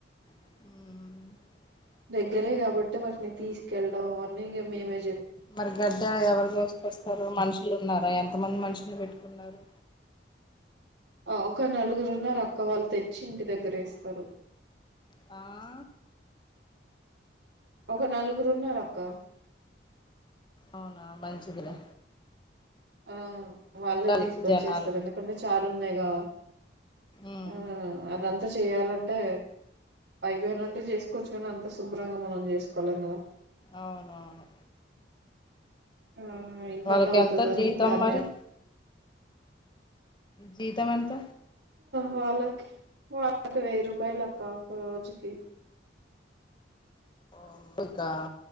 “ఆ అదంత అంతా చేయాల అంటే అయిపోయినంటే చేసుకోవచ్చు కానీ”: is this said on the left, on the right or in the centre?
Right